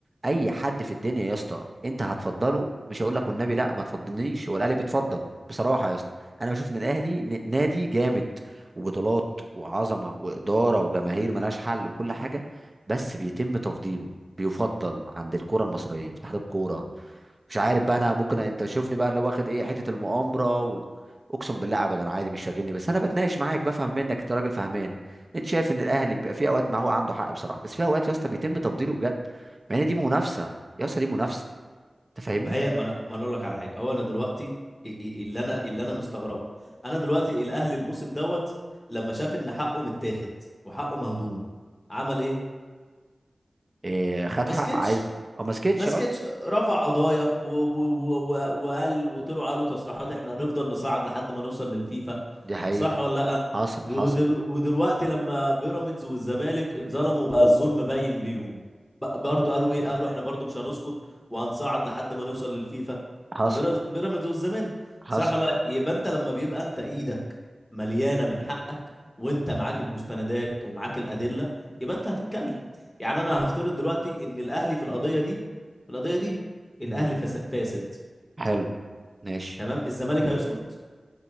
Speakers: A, on the right; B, on the left.
A: اي حد في الدنيا يا اسطى انت هتفضله مش هقول لك والنبي لا ما تفضلنيش هو الاهلي بيتفضل بصراحة يا اسطى انا بشوف ان الاهلي ن- نادي جامد وبطولات وعظمة وإدارة وجماهير ملهاش حل وكل حاجة بس بيتم تفضيله بيفضل عند الكرة المصرية في اتحاد الكورة مش عارف بقى انا ممكن انت شوفني بقى لو واخد ايه حته المؤامره وال... اقسم بالله ابدا انا عادي مش شاغلني بس انا بتناقش معاك بفهم منك انت راجل فهمان انت شايف ان الاهلي بيبقى في اوقات ما هو عنده حق بصراحه بس في اوقات يا اسطى بيتم تفضيله بجد مع ان دي منافسه يا اسطى دي منافسه انت فاهمني
B: ما هي ما انا ما أنا اقول لك على حاجه هو انا دلوقتي إ- إ- اللي انا اللي انا مستغربه انا دلوقتي الاهلي الموسم دوت لما شاف ان حقه متاخد وحقه مهضوم عمل ايه
A: إيه خد
B: ما
A: حق
B: سكتش
A: عايز اه ما سكتش
B: ما سكتش
A: اه
B: رفع قضايا و... و... و... و... وقال وطلعوا قالوا تصريحات احنا هنفضل نصعد لحد ما نوصل للفيفا
A: دي حقيقه
B: صح ولا لا
A: حصل
B: ودل...
A: حصل
B: ودلوقتي لما بيراميدز والزمالك اتظلموا بقى الظلم باين ليهم ب- برضه قالوا ايه قالوا احنا برضه مش هنسكت وهنصعد لحد ما نوصل للفيفا
A: حصل
B: ده بيرز- بيراميدز والزمالك
A: حصل
B: صح ولا لا يبقى انت لما بيبقى انت ايدك مليانه من حقك وانت معاك المستندات ومعاك الادله يبقى انت هتتكلم يعني انا هفترض دلوقتي ان الاهلي في القضيه دي في القضيه دي الاهلي
A: مم.
B: فس- فاسد
A: حلو ماشي
B: تمام الزمالك هيسكت